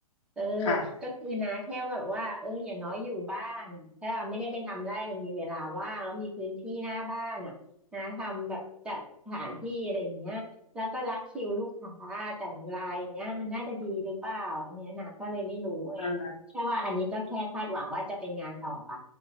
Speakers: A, in the centre; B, on the left.
A: เออ
B: ค่ะ
A: ก็คือนะแค่แบบว่าเอออย่างน้อยอยู่บ้านน่ะถ้าไม่ได้ไปทำไร่มันมีเวลาว่างแล้วมีพื้นที่หน้าบ้านอ่ะนะทำแบบจัดสถานที่อะไรอย่างเงี้ยแล้วก็รับคิวลูกค้าแต่ละรายอย่างเงี้ยมันน่าจะดีหรือเปล่าอันเนี้ยนะก็เลยไม่รู้ไงแค่ว่าอันนี้ก็แค่คาดหวังว่าจะเป็นงานต่อไป
B: อ่า